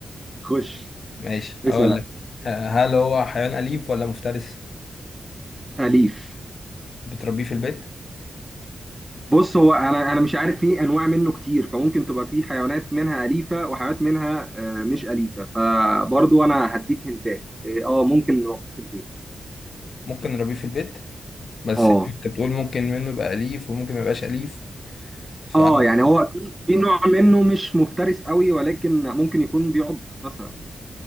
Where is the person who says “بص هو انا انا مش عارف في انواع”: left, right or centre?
Right